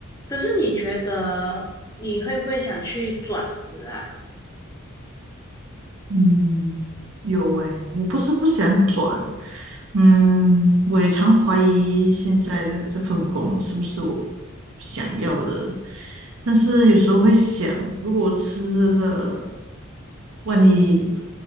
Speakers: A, on the left; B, on the right.
A: 可是你觉得你会不会想去转职啊？
B: 嗯，有诶，我不是不想转，嗯，我也常怀疑现在的这份工是不是我想要的，但是有时候会想，如果我吃了，万一